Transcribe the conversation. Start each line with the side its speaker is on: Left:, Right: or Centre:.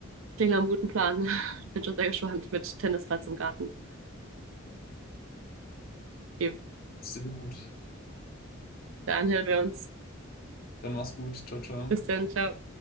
Right: Klingt nach einem guten Plan. <laughs> Ich bin schon sehr gespannt mit Tennisplatz im Garten.
Left: Genau.
Right: Okay,
Left: Sehr gut.
Right: dann hören wir uns.
Left: Dann mach's gut. Ciao, ciao.
Right: Bis dann, ciao.